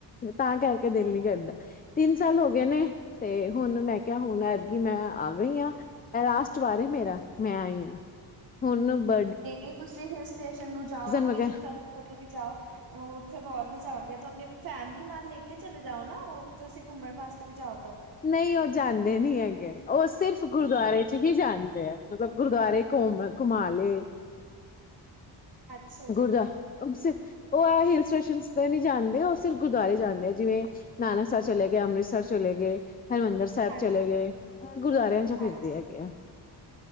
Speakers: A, on the left (about 20°); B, on the right (about 50°).
A: ਤਾਂ ਕਰਕੇ ਦਿਲ ਨੀ ਕਰਦਾ। ਤਿੰਨ ਸਾਲ ਹੋ ਗਏ ਨੇ। ਤੇ ਹੁਣ ਮੈਂ ਕਿਹਾ ਹੁਣ ਐਰ ਕਿ ਮੈਂ ਆ ਗਈ ਆਂ। ਐ ਲਾਸਟ ਵਾਰ ਐ ਮੇਰਾ ਮੈਂ ਆਈ ਆਂ। ਹੁਣ ਬ
B: ਨਈ-ਨਈ ਤੁਸੀ ਹਿਲ ਸਟੇਸ਼ਨ ਨੂੰ ਜਾਓ
A: ਵਗੈਰਾ
B: ਕਿਸ ਕਰ ਕਦੋਂ ਵੀ ਜਾਓ ਉੱਥੇ ਤਾਂ ਹੋਰ ਮਜ਼ਾ ਆਉਣਗੀਆ ਤਾਂ ਅਪਣੀ ਫੈਮਿਲੀ ਨਾਲ ਲੈ ਕੇ ਚਲੇ ਜਾਓ ਨਾ ਓ ਤੁਸੀ ਘੁੰਮਣ ਵਾਸਤੇ ਵੀ ਜਾਓ ਤੋ
A: ਨਈ ਓ ਜਾਂਦੇ ਨੀ ਹੈਗੇ। ਓ ਸਿਰਫ਼ ਗੁਰਦੁਆਰੇ 'ਚ ਹੀ ਜਾਂਦੇ ਐ। ਮਤਲਬ ਗੁਰਦੁਆਰੇ ਘਮ ਘੁਮਾ ਲੇ
B: ਅੱਛਾ
A: ਗੁਰਦੁਆ
B: ਜੀ
A: ਓ ਸਿ ਐ ਹਿਲ ਸਟੇਸ਼ਨਸ ਤੇ ਨੀ ਜਾਂਦੇ, ਓ ਸਿਰਫ ਗੁਰਦੁਆਰੇ ਜਾਂਦੇ ਓ ਜਿਵੇਂ ਨਾਨਕਸਰ ਚਲੇ ਗੇ, ਅੰਮ੍ਰਿਤਸਰ ਚਲੇ ਗੇ, ਹਰਿਮੰਦਰ ਸੈਬ
B: ਹਾਂਜੀ
A: ਚਲੇ ਗੇ। ਐ ਗੁਰਦੁਆਰਿਆਂ 'ਚ
B: ਹਾਂਜੀ
A: ਫਿਰਦੇ ਹੈਗੇ ਆ।